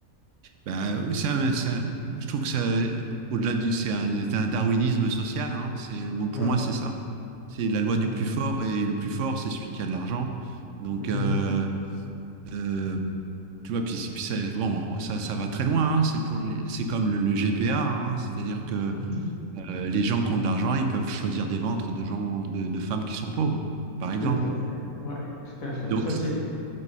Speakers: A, on the right; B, on the left.
A: Bah, ça, ça- je trouve que ça, au-delà du, c'est un, c'est un darwinisme social. Hein, c'est le mot- pour
B: Ouais,
A: moi, c'est ça. C'est la
B: tout
A: loi du
B: à
A: plus
B: fait.
A: fort et le plus fort, c'est celui qui a de l'argent. Donc,
B: Mhm,
A: euh, euh, tu vois, puis, puis ça, bon, ça, ça va très loin. hein, c'est pour, c'est comme le, le GPA. hein, c'est-à-dire que
B: mhm,
A: euh, les gens qui ont de l'argent, ils peuvent choisir des ventres de gens, de, de femmes qui sont pauvres, par exemple.
B: Tout à fait. Ouais, tout à fait.
A: Donc,
B: Ça, c'est.